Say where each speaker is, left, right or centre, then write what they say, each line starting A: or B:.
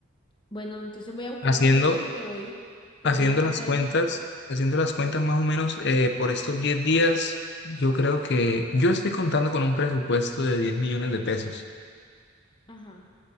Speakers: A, on the left (about 25°); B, on the left (about 55°).
A: bueno, entonces voy a buscar
B: Haciendo,
A: paquetes y te voy, te
B: haciendo
A: voy mandando
B: las cuentas,
A: ahí.
B: haciendo las cuentas más o menos eh, por estos 10 días, yo creo que yo estoy contando con un presupuesto de diez millones de pesos.
A: Ajá.